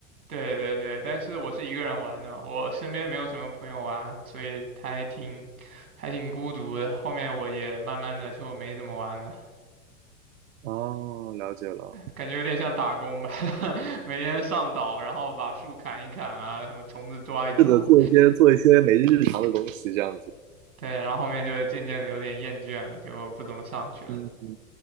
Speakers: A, on the right (about 85°); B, on the right (about 65°).
A: 对对对，但是我是一个人玩的嘛，我身边没有什么朋友玩，所以他还挺还挺孤独的。后面我也慢慢的就没怎么玩了，
B: 哦，了解了。
A: 感觉有点像打工吧，<laughs> 每天上岛，然后把树砍一砍啊，什么虫子抓一抓。
B: 是的，做一些做一些每日日常的东西这样子。
A: 对，然后后面就渐渐的有点厌倦了，就不怎么上去了。
B: 嗯，嗯